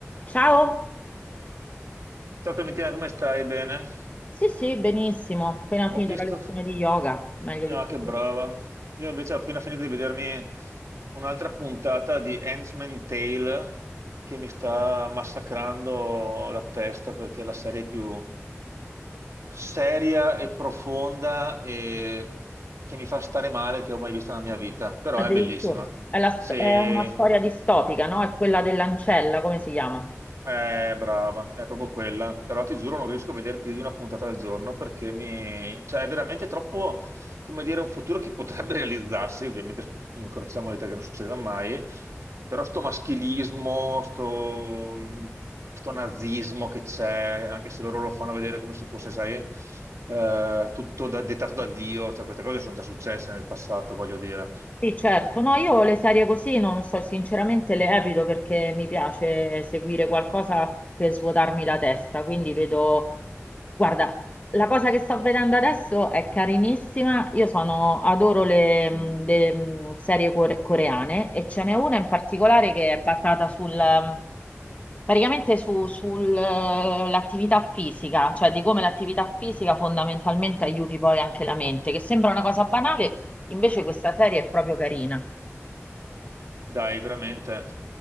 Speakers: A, on the left; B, on the right.
A: Ciao?
B: Ciao Clementina, come stai? Bene?
A: Sì, sì, benissimo.
B: Oh,
A: Appena
B: Ho
A: finito
B: visto...
A: la lezione di yoga, meglio di
B: Ah,
A: così.
B: che brava. Io invece ho appena finito di vedermi un'altra puntata di Handmaid's Tale che mi sta massacrando la testa perché è la serie più seria e profonda e che mi fa stare male che ho mai visto nella mia vita. Però
A: Addirittura.
B: è bellissima.
A: È, la st-
B: Se
A: è una storia distopica, no? È quella dell'ancella, come si chiama?
B: Eh, brava, è proprio quella. Però ti giuro, non riesco a vedere più di una puntata al giorno perché mi... cioè, è veramente troppo, come dire, un futuro che potrebbe <laughs> realizzarsi. Ovviamente incrociamo le dita che non succeda mai. Però sto maschilismo, sto, sto nazismo che c'è, anche se loro lo fanno vedere come se fosse, sai, eh, tutto da- dettato da Dio. Cioè, queste cose sono già successe nel passato, voglio dire.
A: Sì, certo. No, io le serie così non so, sinceramente le evito perché mi piace seguire qualcosa per svuotarmi la testa, quindi vedo Guarda, la cosa che sto vedendo adesso è carinissima. Io sono, adoro le, mh, le, mh, serie core- coreane e ce n'è una in particolare che è basata sul, mh, praticamente sull'attività fisica, cioè di come l'attività fisica fondamentalmente aiuti poi anche la mente, che sembra una cosa banale, invece questa serie è proprio carina.
B: Dai, veramente.